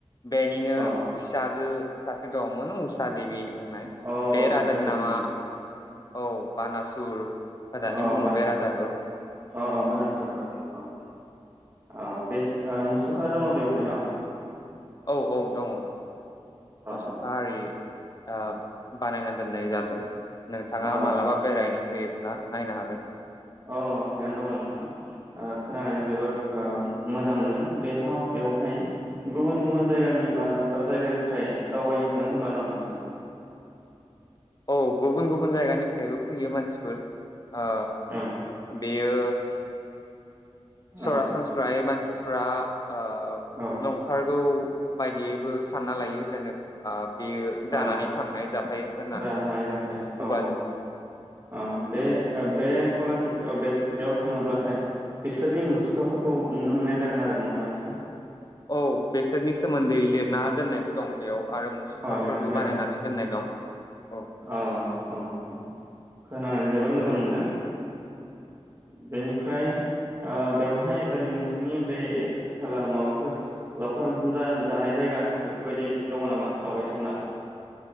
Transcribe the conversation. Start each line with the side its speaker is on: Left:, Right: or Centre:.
Left: बेनिनो
Right: औ
Left: फिसाजो सासे दङमोन उसा देबि बुंनाय
Right: औ
Left: बे
Right: उसा
Left: राजानि
Right: देबि
Left: नामा
Right: होननाय
Left: औ बानासुर होननानै
Right: अ अ
Left: बुङो
Right: बानासुर
Left: बे राजाखौ
Right: अ अ बानासुर औ औ अ बे मुसुखा दङ बेवहाय न'?
Left: औ औ दङ दं। मुसुखा
Right: अ
Left: आरि ओ बानायनानै दोननाय जादों। नोंथाङा
Right: अ औ
Left: मालाबा बेरायनो फैयो ब्ला नायनो हागोन।
Right: औ थिगानो दङ नोंथां खोनानानै जोबोर मोजां मोनदों बेहाव बेवहाय गुबुन गुबुन जायगानि बा दाब दाब जायगानिफ्राय दावबायनो थाङो होनबा न' नोंथां?
Left: औ गुबुन गुबुन जायगानिफ्रायबो फैयो मानसिफोर ओ
Right: औ
Left: बेयो सरासनस्रायै
Right: औ
Left: मान सिफ्रा ओ
Right: औ
Left: नंथारगौ बायदियैबो सानना लायो जेनेबा बेयो जानानै
Right: औ
Left: थांनाय जाथाय होननानै
Right: जानानै थांनाय जाथाय
Left: खुगाजों
Right: औ औ औ बे बे कलाक्षेत्र बेयाव थाङोब्लाथाय बिसोरनि मुसुखाफोरखौ नुनो मोननाय जागोन आरो नङा होमबा नोंथां?
Left: औ बेसोरनि सोमोन्दै लिरना दोननायबो दं बेयाव। आरो मुसुखाफोरबो
Right: अ लिरनादोननाइ
Left: बानायनानै
Right: दं।
Left: दोननाय दं औ
Right: औ औ औ खोनानानै जोबोर मोजां मोनदों बेनिफ्राय बेवहाय ओरै नोंसोरनि बे खाथि खाला माबाफोर लावखार ओंखाम जानाय जायगा बेफोरबायदि दङ नामा? दावबायथावना